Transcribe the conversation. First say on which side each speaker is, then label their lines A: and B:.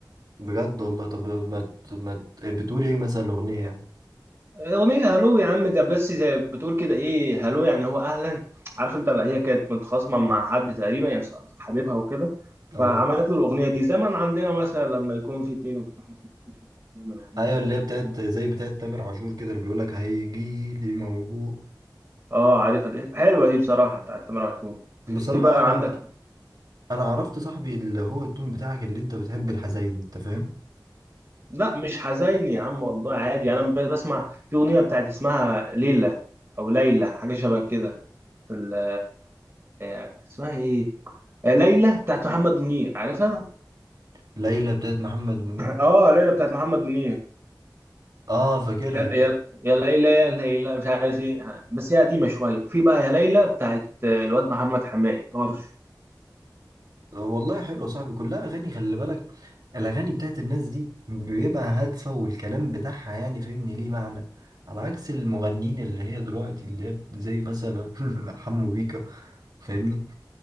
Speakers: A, on the right (about 65°); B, on the right (about 35°).
A: بجد والله طب ما ت- ما ت- بتقول ايه مثلا الاغنيه يعني؟
B: أغنية هلو يا عم ده بس زي بتقول كده إيه هلو يعني هو أهلا عارف أنت بقى هي كانت متخاصمة مع حد تقريبا يعني حبيبها وكده
A: اه.
B: فعملت له الأغنية دي زمن عندنا مثلا لما يكون في اتنين وبتاع حاسس مش عارف يعمل أغنية
A: ايوه اللي
B: هنا ولا
A: هي بتاعت
B: هنا
A: زي بتاعت تامر عاشور كده اللي بيقولك هيجي لي موجوع
B: أه عارفها دي حلوة دي بصراحة بتاعت تامر عاشور
A: بصراحة
B: في بقى
A: انا
B: عندك
A: انا عرفت صاحبي اللي هو التون بتاعك اللي انت بتحب الحزين انت فاهم
B: لا مش حزيني يا عم والله عادي أنا ب- بسمع في أغنية بتاعت اسمها ليلى أو ليلى حاجة شبه كده في ال- آه، آه، آه، اسمها إيه آه، ليلى بتاعت محمد منير عارفها
A: ليلى بتاعت محمد منير
B: اه ليلى بتاعت محمد منير
A: اه فاكرها
B: يا
A: دي
B: يا يا ليلى يا ليلى مش عارف ايه بس هي قديمه شويه في بقى يا ليلى بتاعت الواد محمد حماقي طرش
A: والله حلوة صاحبي كلها اغاني خلي بالك الاغاني بتاعت الناس دي بيبقى هادفة والكلام بتاعها يعني فهمني ليه معنى على عكس المغنيين اللي هي دلوقتي اللي هي زي مثلا <laughs> حمو بيكا فاهمني